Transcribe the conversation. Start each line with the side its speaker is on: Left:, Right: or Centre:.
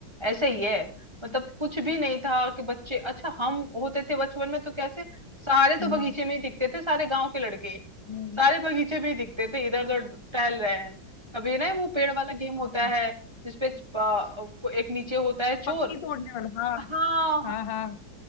Right: ऐसे ही है मतलब कि कुछ भी नहीं था कि बच्चे अच्छा हम होते थे बचपन में तो कैसे सारे तो
Left: हम्म
Right: बगीचे में ही दिखते थे सारे गांव के लड़के
Left: हम्म,
Right: सारे बगीचे में ही दिखते थे इधर उधर टहल रहे हैं कभी ना वो पेड़ वाला गेम होता
Left: हाँ
Right: है जिसपे प- एक नीचे होता है चोर
Left: पत्ती तोड़ने वाला हाँ
Right: हाँ हाँ
Left: हाँ हाँ